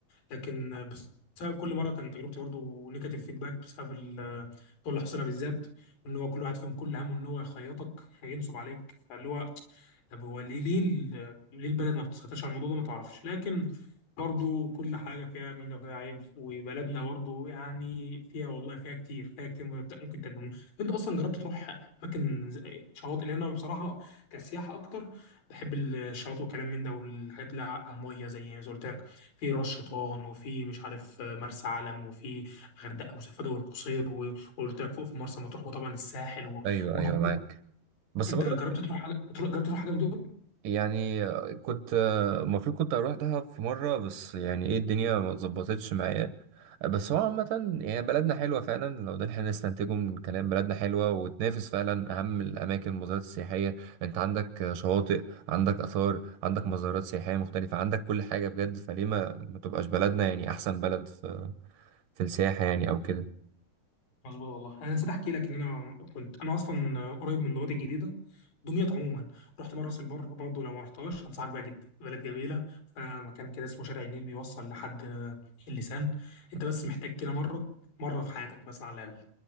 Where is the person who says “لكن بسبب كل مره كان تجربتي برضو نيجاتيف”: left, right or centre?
Left